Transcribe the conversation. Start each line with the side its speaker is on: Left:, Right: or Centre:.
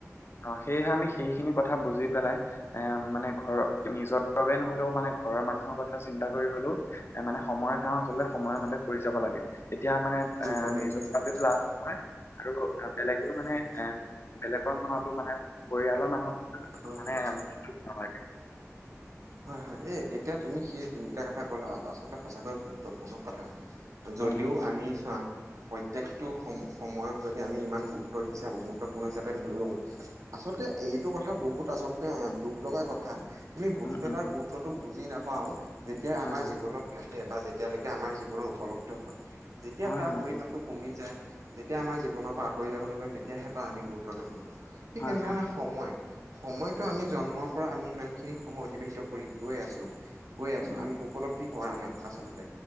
Left: অ', সেয়েহে আমি সেইখিনি কথা বুজি পেলাই এ, মানে ঘৰৰ নিজৰ বাবে নহ'লেও মানে ঘৰৰ মানুহৰ কথা চিন্তা কৰি হ'লেও এ, মানে সময়ত কাম আচলতে
Right: হয়
Left: সময়মতে কৰি যাব লাগে, এতিয়া মানে
Right: কৰিব
Left: এ,
Right: লাগে
Left: নিজৰ
Right: কৰিব
Left: বাবে
Right: লাগে
Left: লাভ হয় আৰু বেলেগেও মানে
Right: হয়
Left: এ, বেলেগৰ মনতো মানে পৰিয়ালৰ মানুহ
Right: হয়
Left: মানে
Right: হয়
Left: <unintelligible> নহয়।
Right: হয়, হয়, এ, এতিয়া তুমি সি যোনকিটা কথা ক'লা, আচলতে সঁচাকৈয়ে গুৰুত্বপূৰ্ণ কথা। যদিও
Left: হয় হয়
Right: আমি চোৱা পই প্ৰত্যেকটো সম-সময়ক যদি আমি ইমান গুৰুত্ব হিচাপে গুৰুত্বপূৰ্ণ হিচাপে ধৰি লওঁ আচলতে এইটো কথা বহুত আচলতে দুখ লগা কথা আমি
Left: উম উম
Right: এটা গুৰুত্বতটো বুজি নাপাওঁ, যেতিয়াই
Left: হয়
Right: আমাৰ
Left: হয়
Right: জীৱনত থাকে বা যেতিয়ালৈকে আমাৰ জীৱনত উপলব্ধ হয়, যেতিয়া
Left: হয়
Right: তাৰ
Left: হয়
Right: পৰিমানটো কমি যায় যেতিয়া আমাৰ জীৱনৰ পৰা আঁতৰি যাবলৈ লয়, তেতিয়াহে তাৰ আমি গুৰুত্বটো বুজো। ঠিক
Left: হয়
Right: তেনেধৰণে
Left: হয়
Right: সময়! সময়তো আমি জন্মৰ পৰা আমি ইমান খিনি সময় অতিবাহিত কৰি গৈ আছোঁ, গৈ আছো
Left: উম
Right: আমি উপলব্ধি কৰা নাই আচলতে,